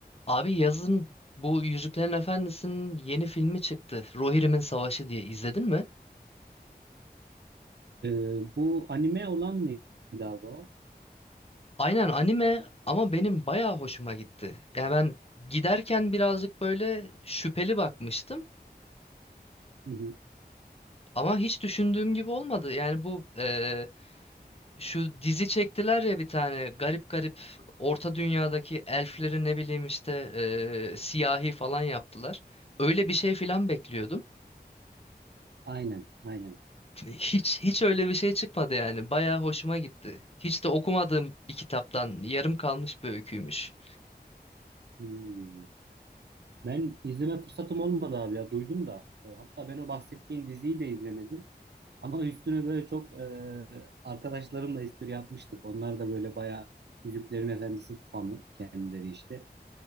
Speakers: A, on the left; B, on the right.
A: Abi yazın bu Yüzüklerin Efendisi'nin yeni filmi çıktı. Rohirrim'in Savaşı diye izledin mi?
B: Ee, bu anime olan mıydı abi o?
A: Aynen anime ama benim bayağı hoşuma gitti. Yani ben giderken birazcık böyle şüpheli bakmıştım
B: Hı hı.
A: ama hiç düşündüğüm gibi olmadı. Yani bu eee, şu dizi çektiler ya bir tane garip garip Orta Dünya'daki elfleri ne bileyim işte eee, siyahi falan yaptılar. Öyle bir şey falan bekliyordum.
B: Aynen, aynen.
A: Hiç hiç öyle bir şey çıkmadı yani. Bayağı hoşuma gitti. Hiç de okumadığım bir kitaptan yarım kalmış bir öyküymüş.
B: Hmm. Ben izleme fırsatım olmadı abi ya, duydum da. Ee, hatta ben o bahsettiğin diziyi de izlemedim. Ama üstüne böyle çok e, arkadaşlarımla espri yapmıştık. Onlar da böyle bayağı Yüzüklerin Efendisi fanı kendileri işte.